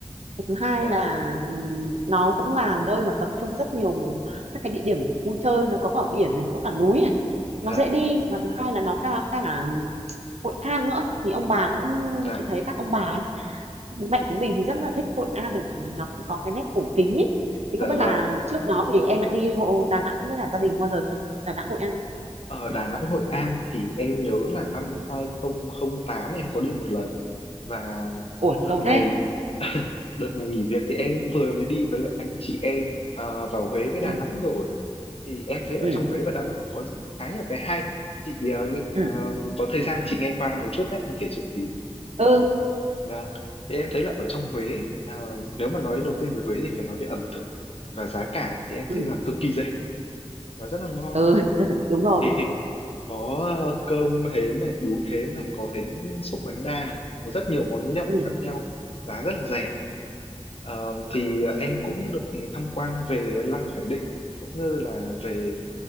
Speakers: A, on the right; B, on the left.
A: cái thứ hai
B: dạ
A: là ừm, nó cũng là nơi mà tập trung rất nhiều các cái địa điểm vui chơi nó có cả biển này có cả núi này
B: dạ
A: nó dễ đi và thứ hai là nó cả cả Hội An nữa thì ông bà cũng
B: dạ
A: chị thấy các ông bà ấy, bố mẹ chúng mình thì rất là thích Hội An bởi vì nó cũng có cái nét cổ kính ấy
B: dạ
A: thì không biết
B: vâng
A: là trước đó thì em đã đi Hồ- Đà Nẵng với cả gia đình bao giờ chưa Đà Nẵng Hội An
B: ở Đà Nẵng Hội An thì em nhớ là năm 2008 em có đi một lần và
A: ủa
B: đợt
A: lâu
B: này
A: thế
B: <laughs> đợt này nghỉ việc thì em vừa mới đi với lại anh chị em ờ, vào Huế với Đà
A: ừ.
B: Nẵng rồi thì em thấy ở
A: ừ.
B: trong Huế và Đà Nẵng có khá nhiều cái hay chị ờ, nghĩ-
A: ừ
B: ờ, có thời gian chị nghe qua một chút đấy em kể chuyện tí
A: ừ
B: Vâng. thì em thấy là ở trong Huế ờ, nếu mà nói đầu tiên về Huế thì phải nói về ẩm thực và giá cả thì em
A: ừ
B: thấy là cực kỳ rẻ và rất là ngon
A: ừ <laughs> đúng rồi
B: thịt thịt có ờ, cơm hến này bún hến này có hến xúc bánh đa này có rất nhiều món nhậu
A: ừ
B: khác nhau giá rất là rẻ Ờ, thì ờ, em cũng được tham quan về Lăng Khải Định cũng như là về